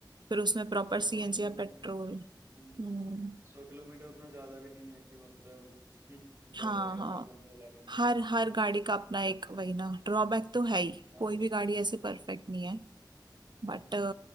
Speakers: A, on the right; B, on the right.
A: फिर उसमें प्रॉपर
B: और
A: सीएनजी
B: सौ किलोमीटर
A: या पेट्रोल
B: हम्म
A: हम्म
B: सौ किलोमीटर उतना ज्यादा भी नहीं है कि मतलब <laughs> डर
A: हाँ
B: लगेगा
A: हाँ
B: मेरे को तो चलाने
A: हर हर गाड़ी का अपना एक वही ना ड्रॉबैक तो है ही
B: हाँ
A: कोई भी गाड़ी ऐसे परफेक्ट नहीं है
B: हम्म
A: बट